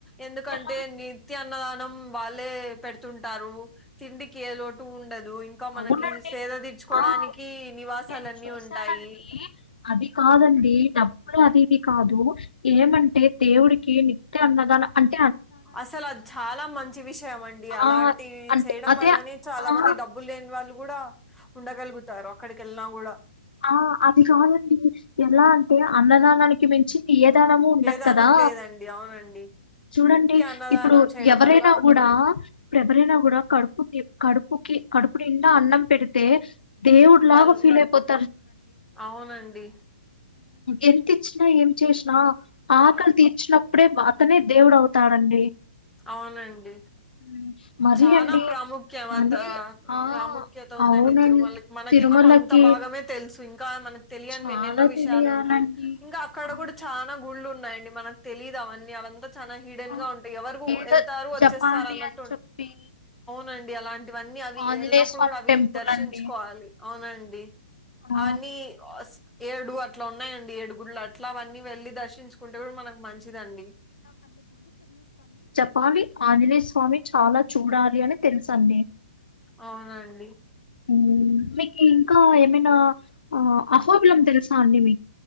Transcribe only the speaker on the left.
ఎలా
అవునండి.
ఆ
నేను చూశానండి
అది కాదండి డబ్బులు అది ఇది కాదు ఏమంటే దేవుడికి నిత్య అన్నదాన అంట
ఆ అంటే
అదే
ఆ
ఆ అది కాదండి ఎలా అంటే అన్నదానానికి మించి ఏ దానము ఉండదు
కదా
చూడండి
ఇప్పుడు
ఎవరైనా
కూడా ఎవరైనా కూడా కడుపు కడుపుకి కడుపునిండా అన్నం పెడితే దేవుడు లాగా
ఫీల్ అయిపోతు
ఎంత ఇచ్చినా ఏం చేసినా ఆకలి
తీర్చినప్పుడే అతనే దేవుడు అవుతాడండి
హ్మ్. మరీ
అండి
కానీ ఆ!
అవునం
తిరుమలకి
చాలా
తెలియాలండి.
ఆ!
ఆ!
ఏదో
జపాలి
అని
చెప్పి
ఆంజనేయ
స్వామి
టెంపుల్
అండి.
ఆ!
స్వామి ఆంజనేయ స్వామి చాలా చూడాలి అని తెలుసండి
నేను మీకు ఇంకా ఏమైనా అహోబిలం తెలుసా అండి మీ